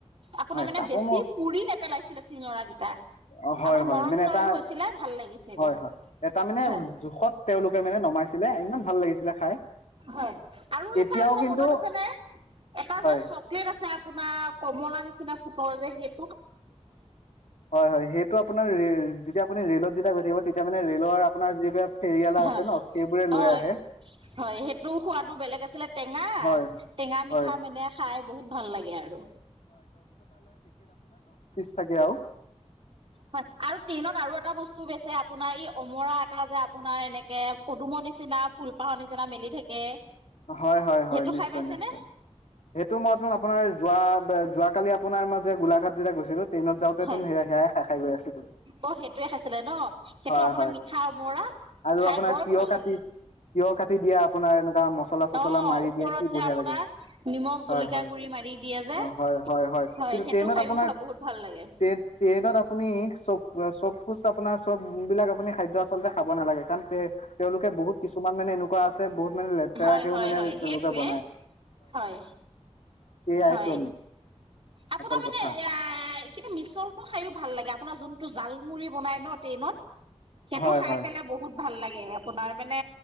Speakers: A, on the right; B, on the left.
A: আপোনাৰ
B: হয়
A: মানে
B: চাব
A: বেছি
B: মোৰ
A: পুৰি নেপেলাইছিলে চিঙৰাকেইটা,
B: অ হয়
A: আপোনাৰ
B: হয়
A: নৰম
B: মানে এটা
A: নৰম হৈছিলে, ভাল লাগিছিলে,
B: হয় হয় এটা মানে
A: হয়।
B: জোখত তেওঁলোকে মানে নমাইছিলে ইমান ভাল লাগিছিলে খাই।
A: হয়, আৰু
B: এতিয়াও
A: এটা আপোনাৰ
B: কিন্তু
A: মনত আছেনে, এটা
B: হয়
A: যে চকলেট আছে আপ আপোনাৰ, কমলা নিচিনা ফুতৰ যে সেই
B: হয় হয়, সেইটো আপোনাৰ ৰে'-ৰে' যেতিয়া আপুনি ৰে'লত যেতিয়া গৈ থাকিব তেতিয়া মানে ৰে'লৰ আপোনাৰ যিবিলাক ফেৰিয়ালা
A: হয়
B: আছে ন সেইবোৰে লৈ
A: অ',
B: আহে
A: হয় সেইটো সোৱাদো বেলেগ আছিলে, টেঙা,
B: হয়
A: টেঙা
B: হয়
A: মিঠা মানে খাই বহুত ভাল লাগে এই আৰু।
B: খাই দিয়ে আৰু।
A: হয়, আৰু ট্ৰেইনত আৰু এটা বস্তু বেছে- আপোনাৰ ই অমৰা এটা যে আপোনাৰ এনেকে পদুমৰ নিচিনা ফুলপাহৰ নিচিনা মেলি থাকে।
B: হয় হয় হয়
A: সেইটো
B: নিশ্চয়
A: খাই পাইছে
B: নিশ্চয়
A: নে?
B: সেইটো মই আপোনাৰ যোৱা যোৱ কালি আপোনাৰ মই যে গোলাঘাট যেতিয়া গৈছিলো দিনত যাওঁতে
A: হয়
B: সেয়াই খায় খায় গৈ আছিলো
A: অ সেইটোয়ে খাইছিলে ন সেইটো
B: হয়
A: আপোনাৰ
B: হয়
A: মিঠা অমৰা
B: আৰু
A: খাই
B: আপোনাৰ
A: বৰ
B: তিয়হ
A: ভাল লাগে
B: কাটি দিয়ে এনেকুৱা মছলা চছলা
A: অ
B: মাৰি
A: ওপৰত
B: দিয়ে কি বঢ়িয়া
A: যে আপোনাৰ
B: লাগে
A: নিমখ জলকীয়া
B: হয় হয়
A: গুৰি মাৰি দিয়ে যে
B: অ হয় হয়
A: হয়
B: কিন্তু
A: সেইটো
B: ট্ৰেইনত
A: খাইও
B: আপোনাৰ
A: বহুত ভাল লাগে
B: ট্ৰেইন ট্ৰেইনত আপুনি চব চবকুচ আপোনাৰ চব বিলাক আপুনি খাদ্য আচলতে খাব নালাগে কাৰণ তেওঁলোকে বহুত কিছুমান মানে এনেকুৱা আছে বহুত মানে লেতেৰাকেও
A: হয় হয়
B: মানে
A: হয়
B: তেওঁলোকে
A: সেইটোৱে
B: বনায়
A: হয়
B: এইয়াইতো
A: হয় আপোনাৰ
B: আচল
A: মানে
B: কথা
A: কিন্তু মিছলটো খাইয়ো ভাল লাগে আপোনাৰ যোনটো জালমুৰি বনাই ন ট্ৰেইনত সেইটো
B: হয়
A: খাই
B: হয়
A: পেলাই বহুত ভাল লাগে আপোনাৰ মানে